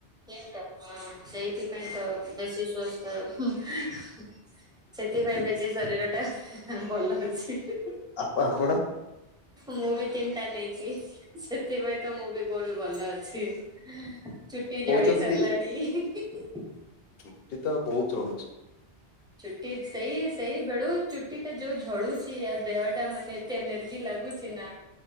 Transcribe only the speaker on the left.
ଆପା ଆପଣ।
କହୁଛନ୍ତି
କି
ଚୁଟି ତ ବହୁତ ଝଡୁଛି ।